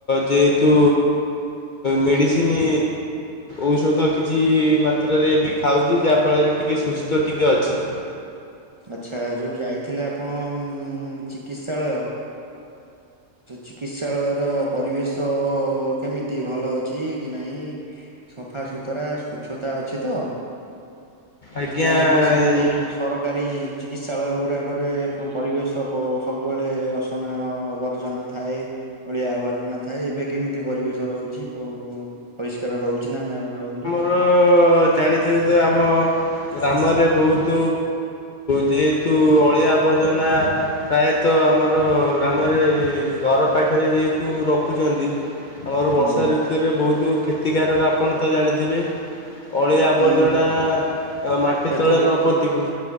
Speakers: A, on the left (about 55°); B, on the right (about 35°).
A: ଯେହେତୁ ମେଡ଼ିସିନ ଔଷଧ କିଛି ମାତ୍ରାରେ ବି ଖାଉଛି ଯାହାଫଳରେ ଟିକିେ ସୁସ୍ଥ ଟିକେ ଅଛି।
B: ଆଚ୍ଛା ଯୋଉ ଯାଇଥିଲେ ଆପଣ ଚିକିତ୍ସାଳୟ ଅ ଚିକିତ୍ସାଳୟର ପରିବେଶ କେମିତି ଭଲ ଅଛି କି ନହିଁ? ସଫା ସୁୁତୁରା ସ୍ଵଚ୍ଛତା ଅଛି ତ
A: ଆଜ୍ଞା
B: ନା ଏବେ ସେମିତି ସରକ ସରକାରୀ ଚିକିତ୍ସାଳୟ ଗୁଡ଼ାକରେ ପରିବେଶ ସବୁବେଳେ ଅସନା ଅବର୍ଜନା ଥାଏ ଅଳିଆ ଆବର୍ଜନା ଥାଏ ଏବେ କେମିତି ପରିବେଶ ରହୁଛି। ପରିଷ୍କାର ରହୁଛି ନା ନା ରହୁନି?
A: ର ଜାଣିଥିବ ତ ଆମ ଗ୍ରାମରେ ବହୁତ ଯେହେତୁ ଅଳିଆ ଆବର୍ଜନା ପ୍ରାୟତଃ ଆମର ଆମର ଗ୍ରାମରେ ଘର ପାଖରେ ଯେହେତୁ ରଖୁଛନ୍ତି ଆମର
B: ହୁଁ
A: ବର୍ଷା ଋ ତୁ ରେ ବହୁତ କ୍ଷତିକାରକ ଆପଣ ତ ଜାଣିଥିବେ। ଅଳିଆ ଆବର୍ଜନା
B: ହୁଁ
A: ମାଟି
B: ହେତୁ
A: ତଳେ ନ ପୋତିକି